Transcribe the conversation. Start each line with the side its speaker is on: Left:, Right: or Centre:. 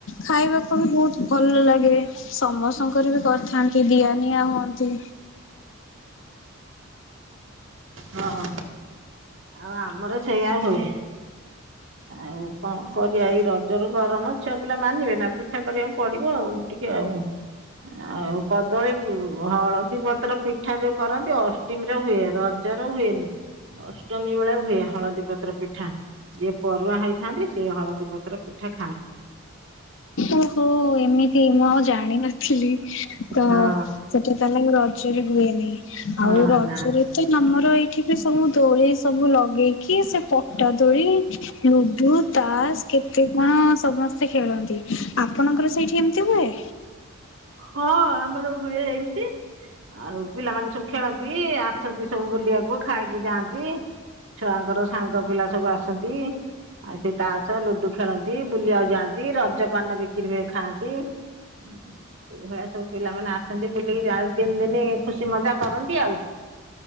Left: ଖାଇବାକୁ ବି ବହୁତ ଭଲ ଲାଗେ। ସମସ୍ତଙ୍କର ବି କରିଥାନ୍ତି ଦିଆ ନିିଆ ହୁଅନ୍ତି।
Right: ହଁ ଆଉ ଆମର ସେଇଆ ହୁଏ। ଆଉ କଣ କରିବା ଏଇ ରଜରୁ ଗରମ ଛୁଆ ପିଲା ମାନିବେ ନା ପିଠା କରିବାକୁ ପଡିବ ଆଉ ଟିକେ ଆଉ ଆଉ କଦଳୀ ହଳଦୀ ପତ୍ର ପିଠା ଯୋଉ କରନ୍ତି ଅଷ୍ଟୀମିରେ ହୁଏ ରଜର ହୁଏନି। ଅଷ୍ଟମୀ ବେଳେ ହୁଏ ହଳଦୀ ପତ୍ର ପିଠା। ଯିଏ ପରୁଆଁ ହେଇଥାନ୍ତି ସିଏ ହଳଦୀ ପତ୍ର ପିଠା ଖାଆନ୍ତି।
Left: ଓହୋ ଏମିତି ମୁଁ ଆଉ ଜାଣିନଥିଲି ତ
Right: ହଁ
Left: ସେଟା। ତାହେଲେ ରଜରେ ହୁଏନି
Right: ହଁ
Left: ଆଉ ରଜରେ
Right: ନା।
Left: ତ ଆମର ଏଇଠି ସବୁ ଦୋଳି ସବୁ ଲଗେଇକି ସେ ପଟା ଦୋଳି ଲୁଡୁ ତାସ କେତେ କଣ ସମସ୍ ସେ ଖେଳନ୍ତି ଆପଣଙ୍କର ସେଇଠି ଏମିତି ହୁଏ?
Right: ହଁ ଆମର ହୁଏ ଏମ୍ତି। ଆଉ ପିଲାମାନେ ସବୁ ଖେଳନ୍ତି ଆସନ୍ତି ସବୁ ବୁଲିବାକୁ ଖାଇକି ଯାଆନ୍ତି। ଛୁଆଙ୍କର ସାଙ୍ଗ ପିଲା ସବୁ ଆସନ୍ତି। ଆଉ ସେ ତାସ ଲୁଡୁ ଖେଳନ୍ତି ବୁଲିଆଉ ଯାଆନ୍ତି ରଜପାନ ବିକ୍ରି ହୁଏ ଖାଆ ନ୍ତି ଏଇଭଳିଆ ସବୁ ପିଲାମାନେ ଆସନ୍ତି ବୁଲିକି ଯା ତିନି ଦିନି ଖୁସି ମଜା କରନ୍ତି ଆଉ।